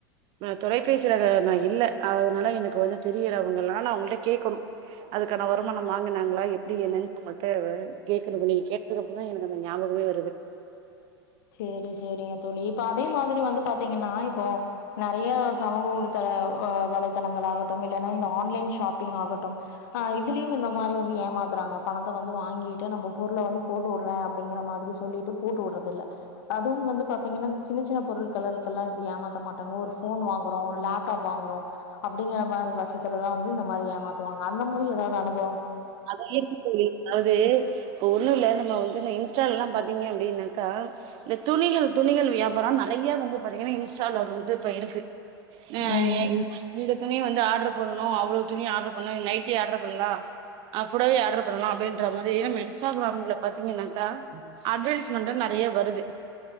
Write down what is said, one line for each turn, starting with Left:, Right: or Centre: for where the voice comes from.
Right: தொலைபேசியில நான இல்ல அதனால எனக்கு வந்து தெரியிறவங்கல்லாம் நான் அவங்கள்ட்ட கேட்கணும் அதுக்கான வருமானம் வாங்கினாங்களா எப்டி என்னன்னு அவங்கள்ட கேக்குதும் நீங்க கேட்டதுக்கு அப்புற தான் எனக்கு அந்த ஞாபகமே வருது
Left: செரி செரிங்க தோழி இப்ப அதே மாரி வந்து பாத்தீங்கன்னா இப்போ நெறைய சமூக ஊடத்தல வலைத்தளங்கள் ஆகட்டும் இல்ன்னா இந்த ஆன்லைன் ஷாப்பிங் ஆகட்டும் ஆ இதுலயும் இந்த மாரி வந்து ஏமாத்துறாங்க பணத்த வந்து வாங்கிட்டு நம்ம பொருள வந்து போட்டு விடுறேன் அப்டிங்கற மாரி சொல்லிட்டு போட்டு விடுறதுல்ல அதுவும் வந்து பாத்தீங்கன்னா இந்த சின்ன சின்ன பொருட்கல்கள்ல்லாம் இப்படி ஏமாத்த மாட்டாங்க ஒரு போன் வாங்குறோம் ஒரு லேப்டாப் வாங்குறோம் அப்டிங்கிற மாரி வருஷத்துலதான் வந்து இந்த மாரி ஏமாத்துவாங்க அந்த மாரி ஏதாவது அனுப்ப
Right: அதே இருக்கு சொல்லி அதாவது இப்ப ஒன்னும் இல்ல நம்ம வந்து இந்த இன்ஸ்டால்ல்லாம் பாத்தீங்க அப்டின்னாக்கா இந்த துணிகள் துணிகள் வியாபாரம் நெறைய வந்து பாத்தீங்கன்னா இன்ஸ்டால வந்து இப்ப இருக்கு <unintelligible>
Left: ம்
Right: இதுக்குனே வந்து ஆர்டரு ஆபுனும் அவ்வளவு துணி ஆர்டர் பண்ண நைட்டே ஆர்டர் பண்ணலாம் அ புடவே ஆர்டர் பண்ணலாம் அப்டின்ற மாரி நம்ம இன்ஸ்டாகிராம்ல பாத்தீங்கன்னாக்கா அட்வர்டஸ்மெண்ட் நெறைய வருது